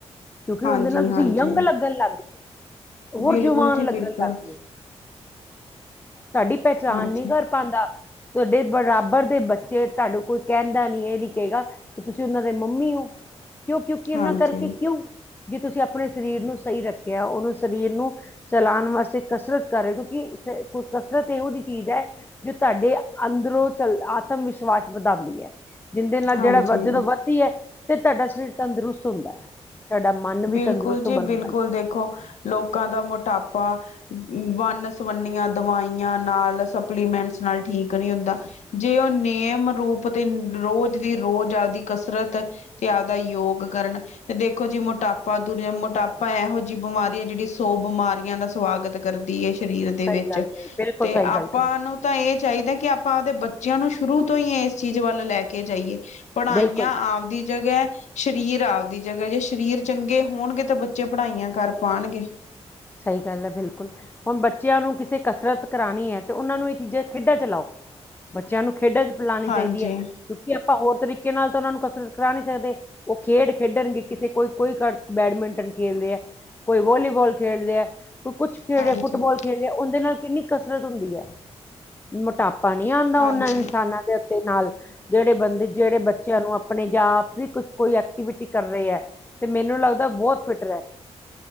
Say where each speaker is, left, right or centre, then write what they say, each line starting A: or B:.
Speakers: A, on the left; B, on the left.
A: ਕਿਉਂਕਿ
B: ਹਾਂਜੀ,
A: ਉਹਦੇ ਨਾਲ ਤੁਸੀਂ
B: ਹਾਂਜੀ
A: ਯੰਗ ਲੱਗਣ ਲੱਗ ਪ ਹੋਰ
B: ਬਿਲਕੁਲ
A: ਜਵਾਨ
B: ਜੀ
A: ਲੱਗਣ
B: ਬਿਲਕੁਲ
A: ਲੱਗ ਪਏ ਸਾਡੀ ਪਹਿਚਾਣ
B: ਹਾਂਜੀ,
A: ਨਹੀ ਕਰ ਪਾਂਦਾ! ਤੁਹਾਡੇ ਬਰਾਬਰ ਦੇ ਬੱਚੇ ਤੈਨੂੰ ਕੋਈ ਕਹਿੰਦਾ ਨੀ ਇਹ ਨੀਂ ਕਹਿੜਾ ਕਿ ਤੁਸੀਂ ਉਹਨਾਂ ਦੇ ਮੰਮੀ ਓ ਕਿਉਂ ਕਿਉਂਕਿ ਉਹਨਾਂ
B: ਹਾਂਜੀ,
A: ਕਰਕੇ ਕਿਉਂ ਜੇ ਤੁਸੀਂ ਆਪਣੇ ਸਰੀਰ ਨੂੰ ਸਹੀ ਰੱਖਿਆ ਉਹਨੂੰ ਸਰੀਰ ਨੂੰ ਚਲਾਣ ਵਾਸਤੇ ਕਸਰਤ ਕਰ ਰਹੇ। ਕਿਉਂਕਿ ਕਸਰਤ ਇਹੋ ਜਿਹੀ ਚੀਜ਼ ਹੈ ਜੋ ਤਾਡੇ ਅੰਦਰੋਂ ਚੱਲ ਆਤਮ-ਵਿਸ਼ਵਾਸ ਵਧਾਦੀ ਹੈ ਜਿੰਹਦੇ ਨਾਲ
B: ਹਾਂਜੀ
A: ਜਿਹੜਾ ਜਦੋਂ ਵਧ ਤੇ ਤੁਹਾਡਾ ਸਰੀਰ ਤੰਦਰੁਸਤ ਹੁੰਦਾ। ਤੁਹਾਡਾ ਮਨ ਵੀ
B: ਬਿਲਕੁਲ
A: ਤੰਦਰੁਸਤ
B: ਜੀ
A: ਬਣਦਾ।
B: ਬਿਲਕੁਲ ਦੇਖੋ ਲੋਕਾਂ ਦਾ ਮੋਟਾਪਾ ਵੰਨ ਸਵੰਨੀਆਂ ਦਵਾਈਆਂ ਨਾਲ ਸਪਲੀਮੈਂਟਸ ਨਾਲ ਠੀਕ ਨੀ ਹੁੰਦਾ। ਜੇ ਉਹ ਨੇਮ ਰੂਪ ਤੇ ਰੋਜ਼ ਦੀ ਰੋਜ਼ ਆਪਦੀ ਕਸਰਤ ਤੇ ਆਪਦਾ ਯੋਗ ਕਰਨ ਤੇ ਦੇ ਦੇਖੋ ਜੀ ਮੋਟਾਪਾ ਮੋਟਾਪਾ ਇਹੋ ਜਿਹੀ ਬਿਮਾਰੀ ਹੈ, ਜਿਹੜੀ ਸੌ ਬਿਮਾਰੀਆਂ ਦਾ ਸਵਾਗਤ ਕਰਦੀ ਏ ਸਰੀਰ ਦੇ
A: ਸਹੀ
B: ਵਿੱਚ
A: ਗੱਲ ਕਹੀ ਬਿਲਕੁਲ
B: ਤੇ
A: ਸਹੀ
B: ਆਪਾਂ
A: ਗੱਲ ਕਹੀ
B: ਨੂੰ ਤਾਂ ਇਹ ਚਾਹੀਦਾ ਕਿ ਆਪਾਂ ਆਪਦੇ ਬੱਚਿਆਂ ਨੂੰ ਸ਼ੁਰੂ ਤੋਂ ਹੀ ਇਸ ਚੀਜ਼ ਵੱਲ ਲੈ ਕੇ ਜਾਇਏ। ਪੜ੍ਹਾਇਆਂ
A: ਬਿਲਕੁਲ ਜੀ
B: ਆਪਦੀ ਜਗ੍ਹਾ ਸਰੀਰ ਆਪਦੀ ਜਗ੍ਹਾ ਜੇ ਸ਼ ਸਰੀਰ ਚੰਗੇ ਹੋਣਗੇ ਤਾਂ ਬੱਚੇ ਪੜ੍ਹਾਈਆਂ ਕਰ ਪਾਣਗੇ।
A: ਸਹੀ ਗੱਲ ਹੈ, ਬਿਲਕੁਲ ਹੁਣ ਬੱਚਿਆਂ ਨੂੰ ਕਿਤੇ ਕਸਰਤ ਕਰਾਣੀ ਹੈ। ਤੇ ਉਹਨਾਂ ਨੂੰ ਇਹ ਚੀਜ਼ਾਂ ਖੇਡਾਂ ਚ ਲਾਓ। ਬੱਚਿਆਂ ਨੂੰ ਖੇਡਾਂ ਚ ਪ ਲਾਣੀ
B: ਹਾਂਜੀ
A: ਚਾਹੀਦੀ ਏ। ਕਿਉਂਕਿ ਆਪਾਂ ਹੋਰ ਤਰੀਕੇ ਨਾਲ ਤਾਂ ਉਹਨਾਂ ਨੂੰ ਕਸਰਤ ਕਰਾ ਨੀ ਸਕਦੇ। ਉਹ ਖੇਡ ਖੇਡਣਗੇ ਕਿਤੇ ਕੋਈ, ਕੋਈ ਬੈਡਮਿੰਟਨ ਖੇਡ ਰਿਹਾ ਕੋਈ ਵੱਲਿਵਾੱਲ। ਖੇਡ ਰਿਹਾ ਕੋਈ ਕੁੱਛ ਖੇਡ
B: ਹਾਂਜੀ
A: ਫੁੱਟਬਾਲ ਲੈ ਉਹਦੇ ਨਾਲ ਕਿੰਨੀ ਕਸਰਤ ਹੁੰਦੀ ਐ ਮੋਟਾਪਾ ਨਹੀ ਆਦਾ
B: ਹਾਂਜੀ
A: ਉਹਨਾਂ ਇਨਸਾਨਾਂ ਦੇ ਅੰਦ ਤੇ ਨਾਲ ਜਿਹੜੇ ਬੰਦੇ ਜਿਹੜੇ ਬੱਚਿਆਂ ਨੂੰ ਆਪਣੇ ਜਾ ਵੀ ਕੁਛ ਕੋਈ ਐਕਟੀਵਿਟੀ ਕਰ ਰਹੇ ਐ। ਤੇ ਮੈਨੂੰ ਲੱਗਦਾ ਬਹੁਤ ਫਿਟ ਰਹਿ